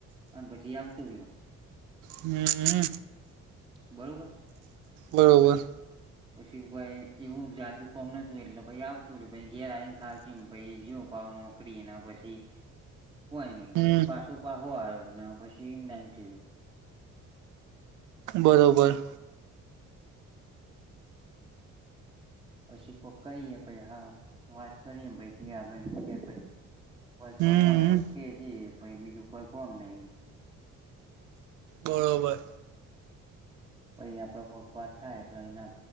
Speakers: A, on the right; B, on the right.
A: અને પછી આવતું રહ્યું
B: હમ
A: બરોબર
B: બરોબર
A: પછી ભાઈ એવું જાજુ કોમ નતું એટલે પ આવતું ર ઘેર આવીને ખા પ જવ પાવકડીને પછી કોઈ નઈ
B: હમ
A: પછી પાછો પા હોો આવ્યો ને પછી એમ ના એમ થયું
B: બરોબર
A: પછછી કરીએ પછ હા વાત કરીએ પછી આગળ જઈએ પછી ભાઈ
B: હમ
A: કોમ હોય તો કે જે બીજું કોઈ કોમ નહી
B: બરોબર
A: પછ આપડો પક્ષપત થાય એટલે એના